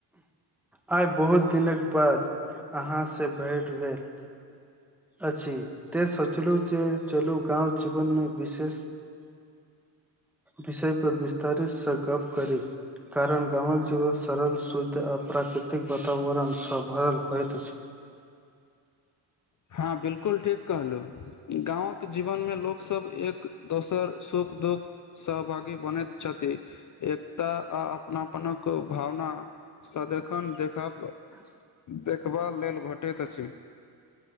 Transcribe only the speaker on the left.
हँ बिल्कुल ठीक कहलू गाँंवके जीवन मे लोक सब एक दोसर श सुख दुःख सहभागी बनैत छथि एकता आ अपनापनक भावना सदखन देखब
देखबाल लेल भेटैत अछि